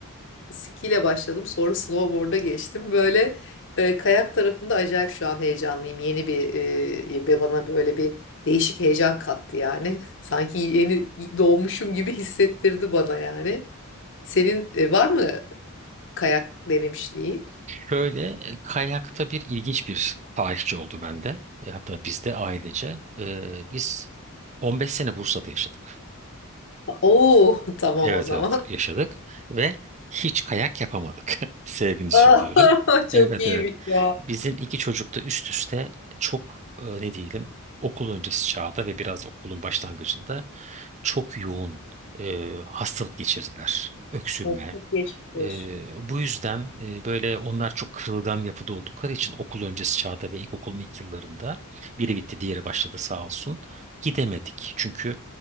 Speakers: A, on the left; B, on the right.
A: e, skiyle başladım sonra snowboard'a geçtim. Böyle e, kayak tarafında acayip şu an heyecanlıyım. Yeni bir e, ve bana böyle bir değişik heyecan kattı yani. <laughs> Sanki yeni doğmuşum gibi hissettirdi bana yani. Senin e, var mı kayak denemişliği?
B: Şöyle e, kayakta bir ilginç bir tarihçi oldu bende. E, hatta bizde ailece. Ee, biz 15 sene Bursa'da yaşadık.
A: Oo <laughs> tamam
B: Evet
A: o zaman.
B: evet yaşadık ve hiç kayak yapamadık. <laughs> Sevgini söylüyorum.
A: <laughs> Aa, Çok
B: Evet
A: iyiymiş
B: evet.
A: ya.
B: Bizim iki çocuk da üst üste çok e, ne diyelim okul öncesi çağda ve biraz da okulun başlangıcında çok yoğun e, hastalık geçirdiler. Öksürme,
A: Ya Çok geçmiş olsun.
B: ee, bu yüzden e, böyle onlar çok kırılgan yapıda oldukları için okul öncesi çağda ve ilkokulun ilk yıllarında biri bitti diğeri başladı sağ olsun gidemedik. Çünkü